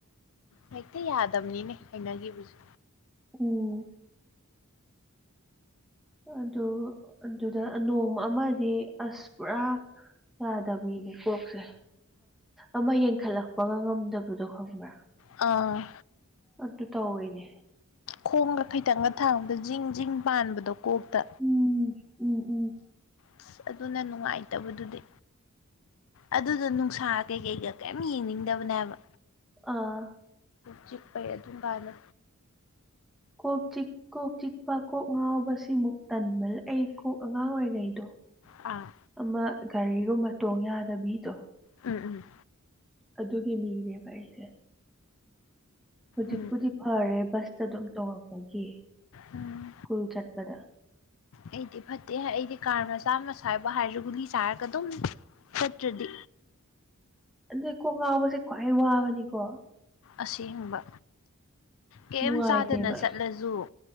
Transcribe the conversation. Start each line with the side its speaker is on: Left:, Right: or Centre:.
Left: ꯍꯦꯛꯇ ꯌꯥꯗꯕꯅꯤꯅꯦ ꯍꯥꯏꯅꯈꯤꯕꯁꯦ
Centre: ꯎꯝ ꯑꯗꯨ ꯑꯗꯨꯗ ꯅꯣꯡ ꯑꯃꯗꯤ ꯑꯁ ꯄꯨꯔꯥ ꯌꯥꯗꯕꯤꯅꯦ ꯀꯣꯛꯁꯦ ꯑꯃ ꯌꯦꯟꯈꯠꯂꯛꯄꯒ ꯉꯝꯗꯕꯗꯣ ꯈꯪꯕ꯭ꯔꯥ
Left: ꯑꯥ
Centre: ꯑꯗꯨ ꯇꯧꯋꯦꯅꯦ
Left: ꯈꯣꯡꯒ ꯈꯤꯇꯪꯒ ꯊꯥꯡꯕꯗ ꯖꯤꯡ ꯖꯤꯡ ꯄꯥꯟꯕꯗꯣ ꯀꯣꯛꯇ
Centre: ꯎꯝ ꯎꯝ ꯎꯝ
Left: ꯑꯁ ꯑꯗꯨꯅ ꯅꯨꯡꯉꯥꯏꯇꯕꯗꯨꯗꯤ ꯑꯗꯨꯗ ꯅꯨꯡꯁꯥ ꯀꯩꯀꯩꯒ ꯀꯩꯝ ꯌꯦꯡꯅꯤꯡꯗꯕꯅꯦꯕ
Centre: ꯑꯥ
Left: ꯆꯤꯛꯄꯩ ꯑꯗꯨ ꯀꯥꯏꯅ
Centre: ꯀꯣ ꯆꯤꯛ ꯀꯣꯛ ꯆꯤꯛꯄ ꯀꯣꯛ ꯉꯥꯎꯕꯁꯤꯃꯨꯛ ꯇꯟꯕ ꯂꯏ ꯀꯣꯛ ꯑꯉꯥꯡ ꯑꯣꯏꯔꯤꯉꯩꯗꯣ
Left: ꯑꯥ
Centre: ꯑꯃ ꯒꯥꯔꯤꯒꯨꯝꯕ ꯇꯣꯡ ꯌꯥꯗꯕꯤꯗꯣ
Left: ꯎꯝ ꯎꯝ
Centre: ꯑꯗꯨꯒꯤ ꯃꯤꯅꯦꯕ ꯑꯩꯁꯦ ꯍꯧꯖꯤꯛꯄꯨꯗꯤ
Left: ꯎꯝ
Centre: ꯐꯔꯦ ꯕꯁꯇ ꯑꯗꯨꯝ ꯇꯣꯡꯔꯛꯄꯒꯤ
Left: ꯎꯝ
Centre: ꯁ꯭ꯀꯨꯜ ꯆꯠꯄꯗ
Left: ꯑꯩꯗꯤ ꯐꯠꯇꯦ ꯑꯩꯗꯤ ꯀꯥꯔ ꯃꯆꯥ ꯃꯆꯥ ꯍꯥꯏꯕ ꯍꯥꯏꯔꯁꯨ ꯒꯨꯂꯤ ꯆꯥꯔꯒ ꯑꯗꯨꯝ ꯐꯠꯇ꯭ꯔꯗꯤ
Centre: ꯑꯗꯨꯩ ꯀꯣꯡꯒꯥꯎꯕꯁꯦ ꯈ꯭ꯋꯥꯏ ꯋꯥꯕꯅꯤꯀꯣ
Left: ꯑꯁꯦꯡꯕ ꯀꯔꯤ
Centre: ꯅꯨꯡꯉꯥꯏꯇꯦꯕ
Left: ꯆꯥꯗꯅ ꯆꯠꯂꯁꯨꯨ